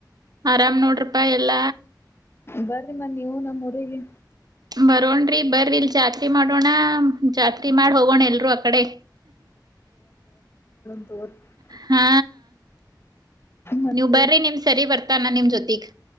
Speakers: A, on the right; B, on the left.
A: ಆರಾಮ್ ನೋಡ್ರಪ್ಪಾ ಎಲ್ಲ
B: ಬನ್ರರಿ ಮ ನೀವು ನಮ್ಮೂಊರಿಗೆ
A: ಬರೋನ್್ರಿ ಬರಲ್ ಜಾತ್ರಿ ಮಾಡೋಣ ಜಾತ್ರಿ ಮಾಡ ಹೋಗೋಣ ಎಲ್ರುೂ ಅಕಡೆ
B: ಅವ <inaudible>
A: ಹಾ
B: ಮತ್ರಿ
A: ನೀವು ಬರ್ರಿ ನಿಮ್ ಸರಿ ಬರ್ತಾನ ನಿಮ ಜೊತಿಗ್